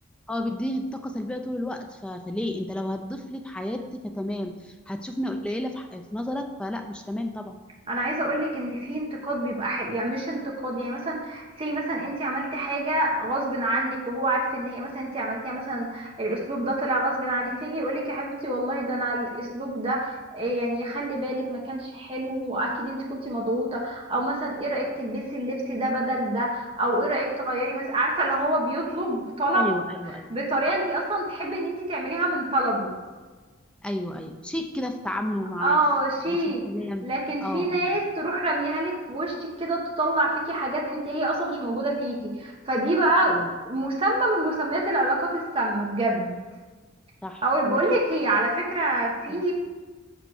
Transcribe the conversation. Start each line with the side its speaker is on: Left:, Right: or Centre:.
Centre: اه بيديني طاقه سلبيه طول الوقت ف... فليه انت لو هتضيف لي في حياتي فتمام هتشوفني قليله في, ح... في نظرك فلا مش تمام طبعا
Right: انا عايزه اقولك ان في انتقاد بيبقى حلو يعني مش انتقاد يعني مثلا سي مثلا انت عملتي حاجه غصب عنك وهو عارف ان هي مثلا انت عملتيها مثلا الاسلوب ده طلع غصب عنك فيجي يقولك يا حبيبتي والله ده انا الاسلوب ده إيه يعني خلي بالك ما كانش حلو واكيد انت كنتي مضغوطه او مثلا ايه رايك تلبسي اللبس ده بدل ده او ايه رايك تغيري مثلا عارفه اللي هو بيطلب طلب
Centre: ايوه ايوه ايوه
Right: بطريقه انت اصلا تحبي ان انت تعمليها من طلبه
Centre: ايوه ايوه شيك كده في تعامله مع
Right: اه شيك
Centre: آه، في الكلام
Right: لكن في
Centre: اه
Right: ناس
Centre: ايوه
Right: تروح رميها لك في وشك كده تطلع فيكي حاجات انت هي اصلا مش موجودة فيكي فدي بقى
Centre: مم.
Right: مسمى من مسميات العلاقات السامة بجد
Centre: صح
Right: او
Centre: عندك
Right: بقول لك
Centre: حق
Right: ايه على فكرة في
Centre: مم.